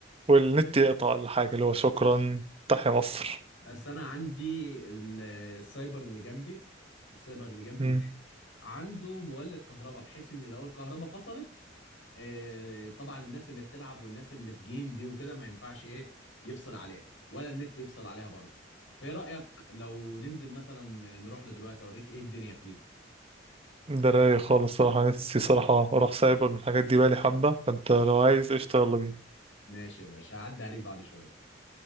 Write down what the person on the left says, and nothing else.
بس انا عندي ال- السايبر اللي جنبي السايبر اللي جنب
البيت عنده مولد كهرباء بحيث ان لو الكهرباء فصلت آه، طبعا الناس اللي بتلعب والناس اللي في جيم دي وكده ما ينفعش ايه يفصل عليها ولا النت يفصل عليها برضه فايه رايك لو ننزل مثلا نروح له دلوقتي اوريك ايه الدنيا فيه
ماشي يا باشا هعدي عليك بعد شويه